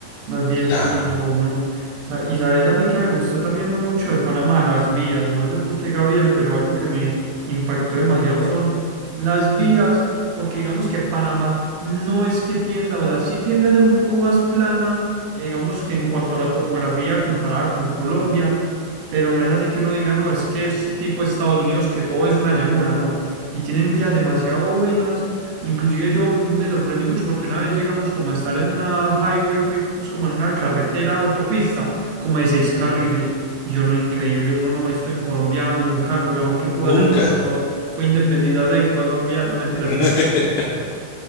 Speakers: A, on the right; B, on the left.
A: más bien
B: Claro,
A: se pone uno. o sea Y sabes a mí que me gustó también mucho de Panamá, las vías, no sé por qué Gabriel, pero algo que me impactó demasiado son las vías, porque digamos que Panamá no es que tienda, o sea, sí tiende a ser un poco más plana, eh, digamos que en cuanto a la topografía comparada con Colombia pero no es así que uno diga, no, es que es tipo Estados Unidos, que todo es una llanura, no. Y tienen vías demasiado buenas. Inclusive yo me sorprendí mucho porque una vez llegamos como a estar en una highway, pe- pues como en una carretera autopista, como de seis carriles. Y yo no, increíble, uno no, ve esto en Colombia nunca, lo mejor que pudo
B: nunca.
A: hacer por ejemplo, fue independizarse de Colombia, no mentiras,
B: <laughs>
A: pero...